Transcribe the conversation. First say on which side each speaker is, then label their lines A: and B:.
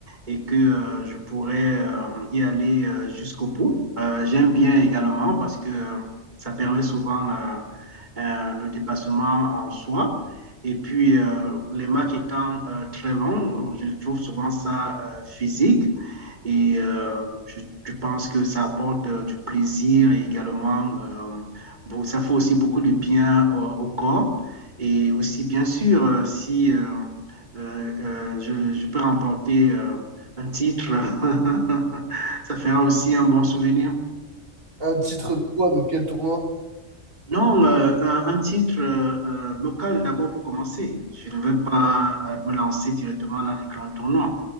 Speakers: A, on the right; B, on the right.
A: et que euh, je pourrai euh, y aller euh, jusqu'au bout. Euh, j'aime bien également parce que euh, ça permet souvent euh, euh, le dépassement en soi. Et puis, euh, les matchs étant euh, très longs, euh, je trouve souvent ça euh, physique. Et euh, je, je pense que ça apporte euh, du plaisir et également, euh, bon, ça fait aussi beaucoup de bien au, au corps. Et aussi, bien sûr, euh, si euh, euh, euh, je, je peux remporter euh, un titre, <laughs> ça fera aussi un bon souvenir.
B: Un titre de quoi, de quel tournoi?
A: Non, euh, un, un titre euh, euh, local d'abord pour commencer. Je ne vais pas euh, me lancer directement dans les grands tournois.